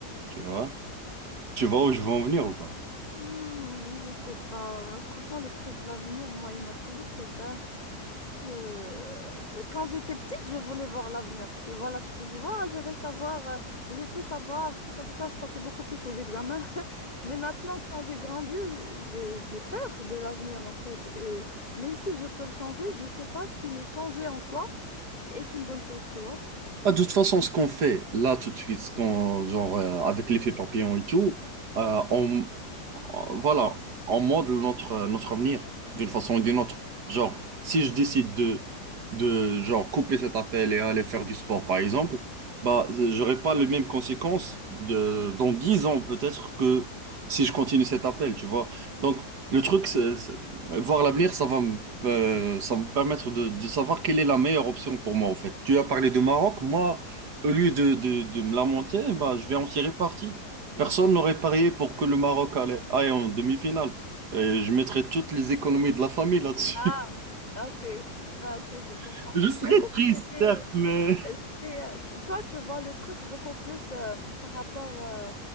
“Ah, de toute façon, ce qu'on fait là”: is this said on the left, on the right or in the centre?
Right